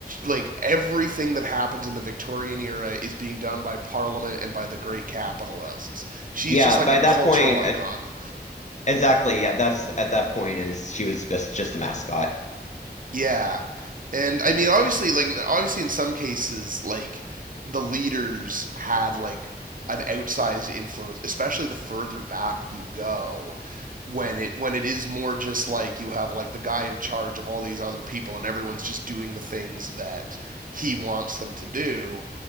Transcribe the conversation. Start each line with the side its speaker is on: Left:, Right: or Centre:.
Right: like everything that happens in the Victorian era is being done by Parliament and by the great capitalists. She's
Left: yeah,
Right: just like
Left: by
Right: a
Left: that
Right: cultural
Left: point,
Right: icon.
Left: I, exactly. Yeah, that's at that point is she was just just a mascot.
Right: Yeah, and I mean, obviously, like, obviously, in some cases, like the leaders had like an outsized influence, especially the further back you go when it when it is more just like you have like the guy in charge of all these other people and everyone's just doing the things that he wants them to do